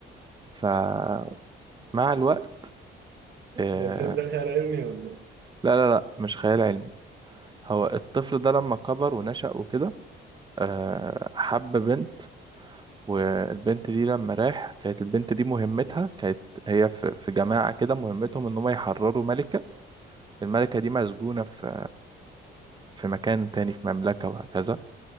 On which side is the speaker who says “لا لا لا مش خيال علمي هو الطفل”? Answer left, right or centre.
Right